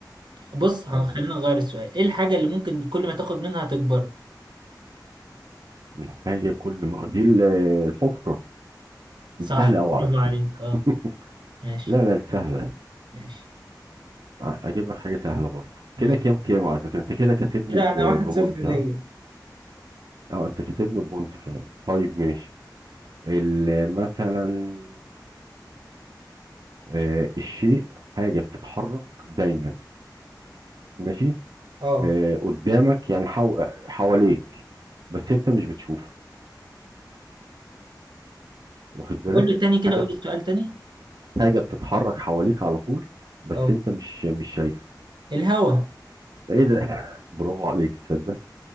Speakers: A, on the right; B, on the right.
A: بص هن-
B: اه
A: خلينا نغير السؤال إيه الحاجة اللي ممكن كل ما تاخد منها تكبر
B: الحاجه كل ما دي ال- الحفره
A: صح
B: دي سهله قوي
A: برافو
B: على فكره
A: عليك أه
B: <laughs>
A: ماشي
B: لا لا دي سهلة
A: ماشي
B: أ- أجيب لك حاجة سهلة برضه
A: ماشي
B: كده كام كام على فكرة أنت كده كسبني
A: كده
B: ب-
A: أنا واحد
B: ببونت
A: صفر ليا
B: ها أه أنت كسبني ببونت فعلا طيب ماشي ال- مثلا آه، الشيء حاجة بتتحرك دايما ماشي
A: أه
B: آه، قدامك يعني حو... حواليك بس أنت مش بتشوفه واخد بالك
A: قول لي تاني كده
B: حاجة
A: قول
B: بت-
A: لي السؤال تاني
B: حاجة بتتحرك حواليك على طول بس
A: أه
B: أنت مش مش شايفه
A: الهوا
B: إيه ده <laughs> برافو عليك تصدق